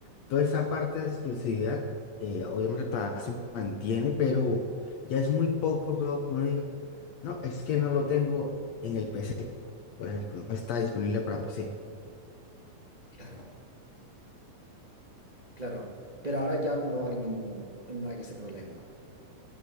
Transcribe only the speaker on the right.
Claro, claro. Pero ahora ya no hay ningún, no hay ese problema.